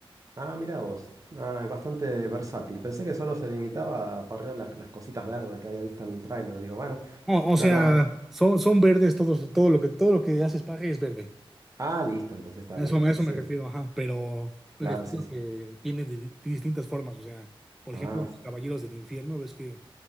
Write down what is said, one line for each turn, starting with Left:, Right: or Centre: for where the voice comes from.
Right: Ah, mira vos. Ah, es bastante versátil. Pensé que solo se limitaba a parrear las, las cositas verdes que había visto en el tráiler. Digo, bueno,
Centre: O,
Right: no,
Centre: o sea,
Right: no.
Centre: son, son verdes todos, todo lo que, todo lo que hace Spage es verde.
Right: Ah, listo, entonces está
Centre: A
Right: bien.
Centre: eso, a eso
Right: Sí,
Centre: me refiero,
Right: sí.
Centre: ajá. Pero me
Right: claro,
Centre: refiero
Right: sí. sí.
Centre: a que vienen de, di- distintas formas. O sea, por
Right: Ah,
Centre: ejemplo, los caballeros del infierno, ves que